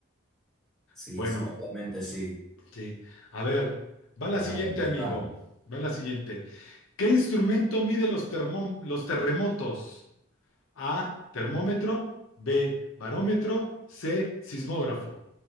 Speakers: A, in the centre; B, on the left.
A: Sí,
B: Bueno,
A: sí, obviamente sí.
B: sí. A ver, va la
A: Bueno,
B: siguiente,
A: a ver, dispara.
B: amigo. Va la siguiente. ¿Qué instrumento mide los termom- los terremotos? A, termómetro, B, barómetro, C, sismógrafo.